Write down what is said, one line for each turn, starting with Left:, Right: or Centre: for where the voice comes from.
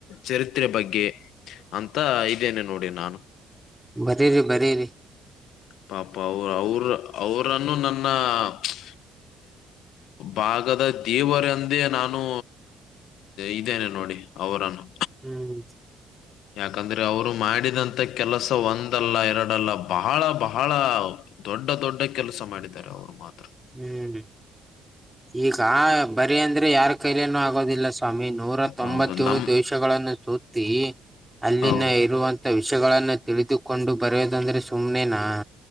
Left: ಚರಿತ್ರೆ ಬಗ್ಗೆ. ಅಂತ ಇದೆನೆ ನೋಡಿ ನಾನು.
Centre: ಬರಿರಿ ಬರಿರಿ.
Left: ಪಾಪ ಅವ್ ಅವ್ರ ಅವ್ರನ್ನು ನನ್ನ ಛ್. ಭಾಗದ ದೇವರೆಂದೇ ನಾನು ಇದೆನೆ ನೋಡಿ ಅವರನ್ನು.
Centre: ಹ್ಮ್.
Left: ಯಾಕಂದ್ರೆ ಅವರು ಮಾಡಿದಂತ ಕೆಲಸ ಒಂದಲ್ಲ ಎರಡಲ್ಲ ಬಹಳ ಬಹಳ. ದೊಡ್ಡ ದೊಡ್ಡ ಕೆಲಸ ಮಾಡಿದ್ದಾರೆ ಅವರು ಮಾತ್ರ.
Centre: ಹ್ಮ್. ಈಗ ಬರಿ ಅಂದ್ರೆ ಯಾರ್ ಕೈಲನುೂ ಆಗೋದಿಲ್ಲ ಸ್ವಾಮಿ ನೂರ ತೊಂಬತ್ತೆಳು
Left: ಹೌದು ನಮ್
Centre: ದೇಶಗಳನ್ನು. ಸುತ್ತಿ. ಅಲ್ಲಿನ
Left: ಹೌದು
Centre: ಇರುವಂಥ ವಿಷಯಗಳಗಳನ್ನು ತಿಳಿದುಕೊಂಡು ಬರೆಯೋದಂದ್ರೆ ಸುಮ್ನೆನಾ.